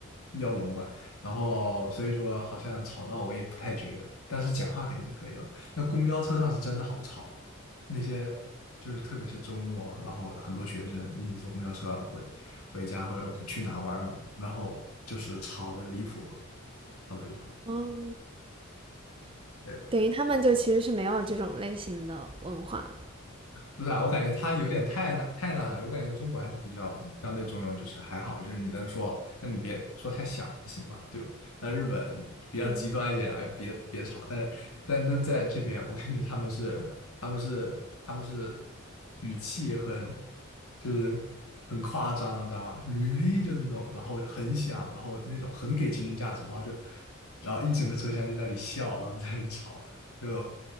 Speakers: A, on the left; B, on the right.
A: 要聋了，然后所以说好像吵闹我也不太觉得，但是讲话肯定是可以的。那公交车上是真的好吵，那些就是特别是周末，然后很多学生一起坐公交车会。回家或者去哪玩嘛，然后就是吵得离谱，吵得离谱。
B: 哦，
A: 对，
B: 等于他们就其实是没有这种类型的文化。
A: 不是啊，我感觉他有点太那太那啥，我感觉中国还是比较相对中庸，就是还好，就是你能说，那你别说太响就行嘛，对吧？那日本比较极端一些，
B: 对，
A: 哎，别别吵，但是但但在这边，我感觉他们是他们是他们是语气很就是很夸张，你知道吧？履历就是那种，然后很响，然后那种很给情绪价值，然后就然后一整个车厢就在那里笑，然后在那里吵，就